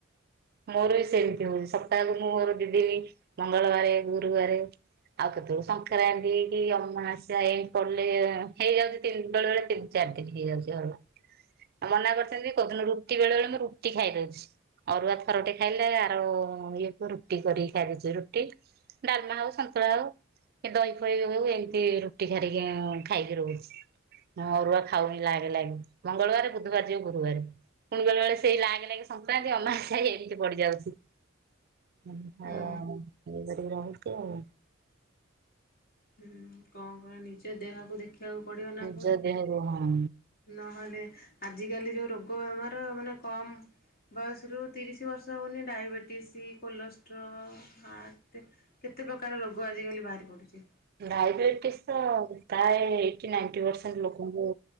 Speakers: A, on the right (about 50°); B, on the left (about 50°).
A: ମୋର ବି ସେମିତି ହଉଛି, ସପ୍ତାହକୁ ମୁଁ ମୋର ଦି ଦିନି ମଙ୍ଗଳବାରେ, ଗୁରୁବାରେ ଆଉ କେତେବେଳେ ଶଙ୍କରାନ୍ତିି କି ଅମାଆସ୍ୟା ଏମ୍ ପଡିଲେ ହେଇଯାଉଚି ତିନ୍ ବେଳେ ବେଳେ ତିନ୍ ଚାରିଦିନ୍ ହେଇଯାଉଚି ଆଉ। ଆ ମନା କରିଚନ୍ତି କଉ ଦିନ ରୁଟି ବେଳେବେଳେ ମୁଁ ରୁଟି ଖାଇଦଉଚି, ଅରୁଆ ତ ଥରଟେ ଖାଇଲେ ଆର ଇଏକୁ ରୁଟି କରିକି ଖାଇଦଉଚି ରୁଟି। ଡ଼ାଲମା ହଉ ସନ୍ତୁଳା ହଉ। ଏ ଦହି ଫହି ହଉ ଏମିତି ରୁଟି ଖାରିକି ଖାଇକି ରହୁଚି। ମୁଁ ଅରୁଆ ଖାଉନି ଲାଗେ ଲାଗେ, ମଙ୍ଗଳବାରେ ବୁଧବାର ଯିବ ଗୁରୁବାରେ। ପୁଣି ବେଳେ ବେଳେ ସେଇ ଲାଗେ ଲାଗେ ସଂକ୍ରାନ୍ତି ଅମାବାସ୍ୟା ହେଇ ଏମିତି ପଡିଯାଉଚି <unintelligible>
B: ହୁଁ
A: ଇଏ କରିକି ରହୁଚି ଆଉ।
B: ହୁଁ କଣ କରିବ ନିଜ ଦେହକୁ ଦେଖିଆକୁ ପଡ଼ିବ ନା
A: ନିଜ
B: ପୁଣି।
A: ଦେହରୁ ହଁ।
B: ନହଲେ ଆଜିକାଲି ଯୋଉ ରୋଗ ବେମାର ମାନେ କମ୍ ବୟସରୁ ତିରିଶ ବର୍ଷ ହଉନି ଡାଇବେଟିସି, କୋଲେଷ୍ଟ୍ରୋ, ହାର୍ଟ କେତେ ପ୍ରକାର ରୋଗ ଆଜିକାଲି ବାହାରି ପଡୁଚି।
A: ଡାଇବେଟିସ୍ ତ ପ୍ରାୟ ଏୟିଟ୍ଟୀ ନାଇଣ୍ଟି ପରସେଣ୍ଟ ଲୋକଙ୍କୁ